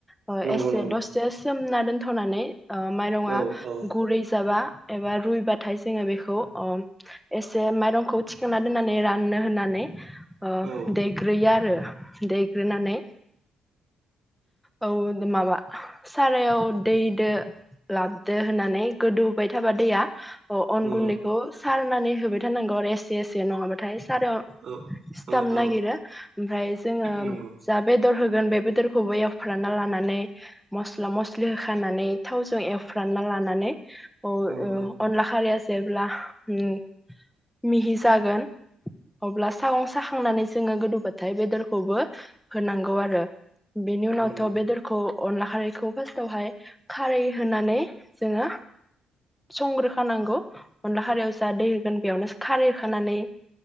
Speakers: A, in the centre; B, on the right.
A: अ
B: नंगौ
A: एसे
B: नंगौ
A: दससे ना दोनथ'नानै ओ माइरङा
B: औ औ
A: गुरै जाबा एबा रुइबाथाय जोङो बेखौ अ एसे माइरंखौ थिखांना दोननानै राननो होननानै अ
B: औ
A: देग्रोयो आरो देग्रोनानै औ माबा सारायाव दैदो लाबदो होननानै गोदौबाय थाबा दैया अ अन
B: नंगौ
A: गुन्दैखौ सारनानै होबाय थारनांगौ आरो एसे एसे नङाबाथाय सारायाव
B: औ
A: सिथाबनागिरो
B: औ औ
A: ओमफ्राय जोङो
B: नंगौ
A: जा बेदर होगोन बे बेदरखौबो एवफ्रानना लानानै मस्ला मस्लि होखानानै थावजों एवफ्रानना लानानै अ ओ
B: औ औ
A: अनला खारिया जेब्ला उम मिहि जागोन अब्ला सागं साखांनानै जोङो गोदौबाथाय बेदरखौबो होनांगौ आरो बेनि उनावथ'
B: नंगौ
A: बेदरखौ अनला खारैखौ फार्स्टावहाय खारै होनानै जोङो संग्रोखानांगौ अनला खारैयाव जा दै होगोन बेयावनो खारै होखानानै